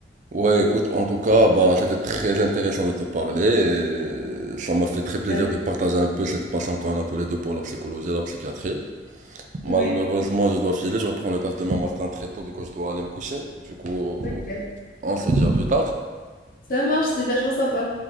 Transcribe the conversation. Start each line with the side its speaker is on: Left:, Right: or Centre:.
Right: Ouais, écoute, en tout cas, bah, c'était très intéressant de te parler et ça m'a fait très plaisir
Left: Euh,
Right: de partager un peu cette passion qu'on a tous les deux pour la psychologie et la psychiatrie. Malheureusement,
Left: ouais.
Right: je dois filer, je reprends le taf demain matin très tôt, du coup je dois aller me coucher. Du coup,
Left: Ok.
Right: on se dit à plus tard.
Left: Ça marche, c'était vachement sympa.